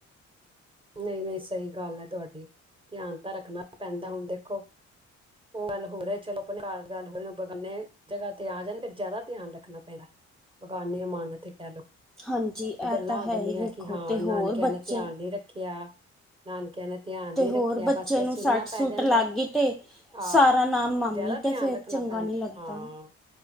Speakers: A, on the right; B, in the centre.
A: ਨਹੀਂ-ਨਹੀਂ ਸਹੀ ਗੱਲ ਐ ਤੁਹਾਡੀ, ਧਿਆਨ ਤਾਂ ਰੱਖਣਾ ਪੈਂਦਾ ਹੁਣ ਦੇਖੋ ਓ ਗੱਲ ਹੋਰ ਐ, ਚਲੋ ਘਰ ਗੱਲ ਹੋਰ ਬੇਗਾਨੇ ਜਗ੍ਹਾ ਤੇ ਆ ਜਾਣ, ਫੇਰ ਜ਼ਿਆਦਾ ਧਿਆਨ ਰੱਖਣਾ ਪੈਂਦਾ। ਬੇਗਾਨੀ ਅਮਾਨਤ ਐ, ਕੈਹ ਲੋ।
B: ਹਾਂਜੀ ਇਹ
A: ਤੇ ਗੱਲਾਂ
B: ਤਾਂ
A: ਹੋ
B: ਹੈ
A: ਜਾਂਦੀਆਂ,
B: ਹੀ ਵੇਖੋ
A: ਕਿ ਹਾਂ
B: ਤੇ
A: ਨਾਨਕਿਆਂ
B: ਹੋਰ ਬੱਚੇ
A: ਨੇ ਧਿਆਨ ਨੀ ਰੱਖੇਆਂ। ਨਾਨਕਿਆਂ ਨੇ ਧਿਆਨ
B: ਤੇ
A: ਨੀ
B: ਹੋਰ
A: ਰੱਖਿਆਂ,
B: ਬੱਚੇ
A: ਬਸ ਫੇਰ
B: ਨੂੰ
A: ਸੁਣਨਾ
B: ਸੱਟ ਸੁੱਟ
A: ਪੈ ਜਾਂਦਾ
B: ਲੱਗ
A: ਐ।
B: ਗਈ ਤੇ
A: ਆਹ,
B: ਸਾਰਾ ਨਾਮ ਮਾਮੀ
A: ਓ ਜ਼ਿਆਦਾ ਧਿਆਨ
B: ਤੇ ਫੇਰ
A: ਰੱਖਣਾ
B: ਚੰਗਾ
A: ਪੈਂਦਾ,
B: ਨਹੀਂ ਲੱਗਦਾ
A: ਹਾਂ